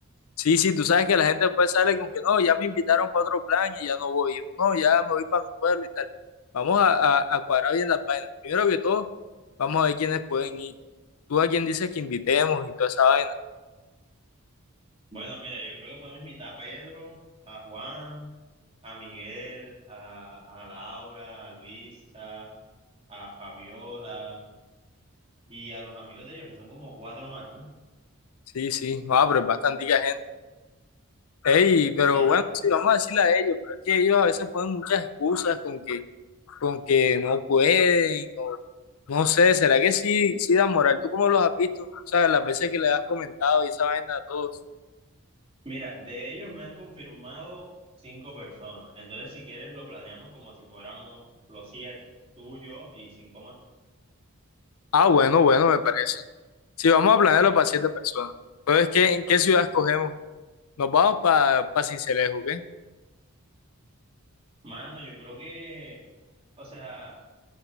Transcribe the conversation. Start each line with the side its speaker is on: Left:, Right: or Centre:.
Left: Sí, sí, tú sabes que la gente después sale con que no, ya me invitaron para otro plan y ya no voy, no, ya me voy para mi pueblo y tal. Vamos a, a, a cuadrar bien las vainas. Primero que todo, vamos a ver quiénes pueden ir. Tú a quién dices que invitemos y toda esa vaina.
Right: Bueno, mira, yo creo que podemos invitar a Pedro, a Juan, a Miguel, a, a Laura, a Luisa, a Fabiola y a los amigos de ellos, que son como cuatro más, ¿no?
Left: Sí, sí, joa, pero es bastante gente. Ey, pero
Right: Sí.
Left: bueno, sí, vamos a decirle a ellos, pero es que ellos a veces ponen muchas excusas con que, con que no pueden, o no no sé, ¿será que sí, sí dan moral? ¿Tú cómo los has visto? O sea, las veces que le has comentado y esa vaina a todos.
Right: Mira, de ellos me han confirmado cinco personas. Entonces, si quieres, lo planeamos como si fuéramos los siete, tú, yo y cinco más.
Left: Ah, bueno, bueno, me parece. Si vamos a planearlo para siete personas. Entonces, ¿qué, en qué ciudad escogemos? ¿Nos vamos para Sincelejo, qué?
Right: Mano, yo creo que, o sea,